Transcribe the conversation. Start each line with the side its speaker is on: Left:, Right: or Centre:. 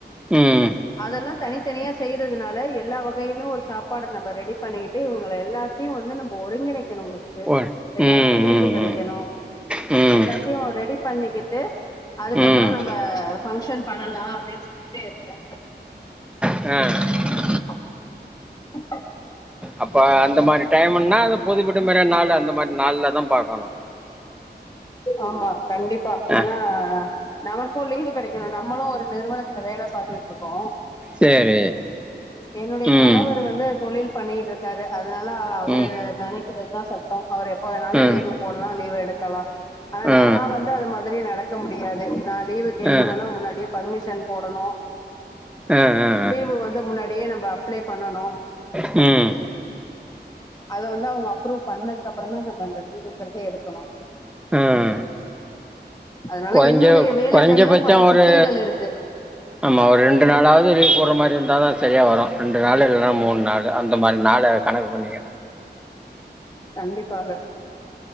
Centre: ம்
Left: அதெல்லா தனித்தனியா செய்றதுனால எல்லா வ கயிலு ஒரு சாப்பாட நம்ப ரெடி பண்ணிக்கிட்டு இவுங்கள எல்லாத்தியு வந்து நம்ப ஒருங்கிணைக் கிணு <unintelligible>
Centre: ஒ
Left: எல்லாருக்கு
Centre: ம்
Left: லீவு
Centre: ம்
Left: கெடைக்கணு
Centre: ம் ம்
Left: எல்லாத்தியு ரெடி பண்ணிக்கிட்டு அதுக்கப்பறோ
Centre: ம்
Left: நம்ழ ஃபங்ஷன் பண்ணலா அப்டின் சொல்லிட்டு இருக்கே
Centre: அ
Left: <inaudible>
Centre: அப்ப அந்த மாரி டைமின்னா அது பொது விடுமுறை நாளு அந்த மாரி நாள்ல தா பாக்கணு
Left: ஆமா கண்டிப்பா
Centre: ஆ
Left: ஏனா நமக்கு லீவு கெடைக்கணு நம்மளு ஒரு நிறுவனத்துல வேல பத்துகிட்டுருக்கோ
Centre: சரி
Left: என்னுடைய
Centre: ம்
Left: கணவர் வந்து தொழில் பண்ணிகிட்ருக்காரு அதனால அவரு
Centre: ம்
Left: நெனைக்கிறத்தா சட் டோ அவரு எப்ப வேணாலு
Centre: ம்
Left: லீவு போடலா லீவு எடுக்கலா ஆனா
Centre: ம் ஆ
Left: நா வந்து அது மா தரி நடக்க முடியாது நா லீவு கேட்கணுனா
Centre: ஆ
Left: முன்னாடியே பர்மிஷன் போடணு
Centre: ஆ ஆ
Left: லீவு வந்து முன்னாடியே நம்ப அப்ளை பண்ணணு
Centre: ம்
Left: அத வந்து அவுங்க அப்ரூவ் பண்ணதுக்கு அப்பறந்தா நம்ப அந்த லீவுங்கறத எடுக்கணு
Centre: ம்
Left: அதனால
Centre: கொஞ்சோ
Left: என்னுடைய வேலைகள்ல
Centre: கொறைஞ்ச பச்சோ
Left: பல
Centre: ஒரு
Left: சிக்கல்கள் இருக்கு
Centre: ஆமா ஒரு ரெண்டு நாளாவது லீவு போடற மாறி இருந்தாதா சரியா வரு ரெண்டு நாள் இல்லன்னா மூணு நாள் அந்த மாரி நாள கணக்கு பண்ணிக்க
Left: கண்டிப்பாக